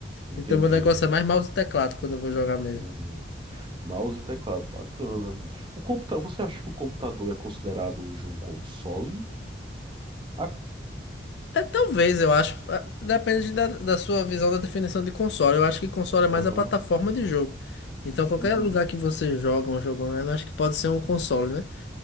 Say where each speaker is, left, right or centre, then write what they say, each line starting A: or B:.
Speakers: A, on the right; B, on the left.
A: entendi,
B: Então meu negócio é mais mouse e teclado quando eu vou jogar mesmo.
A: entendi. Mouse e teclado, bacana. O computa você acha que o computador é considerado hoje um console? Ah,
B: É, talvez, eu acho. ah, Depende da, da sua visão da definição de console. Eu acho que console é mais
A: Aham.
B: a plataforma de jogo. Então, qualquer
A: Uhum,
B: lugar que você joga um jogo online, eu acho que pode ser um console, né?